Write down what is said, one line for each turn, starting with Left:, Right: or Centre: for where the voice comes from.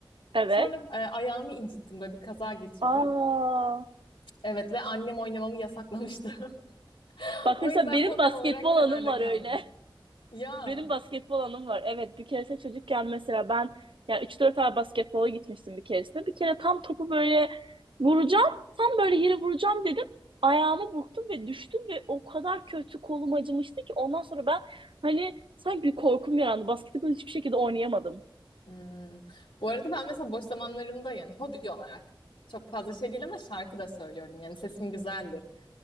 Right: Evet.
Left: Sonra e, ayağımı incittim böyle bir kaza geçirdim.
Right: Aa
Left: Evet ve annem oynamamı yasaklamıştı. <laughs>
Right: bak
Left: O
Right: mesela
Left: yüzden
Right: benim
Left: hobim
Right: basketbol
Left: olarak kenarda
Right: anım var
Left: kaldı.
Right: öyle. <laughs>
Left: Ya.
Right: Benim basketbol anım var. Evet bir keresinde çocukken mesela ben yani üç 4 ay basketbola gitmiştim bir keresinde. Bir kere tam topu böyle vuracağım. Tam böyle yere vuracağım dedim. Ayağımı burktum ve düştüm ve o kadar kötü kolum acımıştı ki ondan sonra ben hani sanki bir korkum yarandı. Basketbol hiçbir şekilde oynayamadım.
Left: Hmm. Bu arada ben mesela boş zamanlarımda yani hobi olarak çok fazla şey değil ama şarkı da söylüyorum. Yani sesim güzeldir.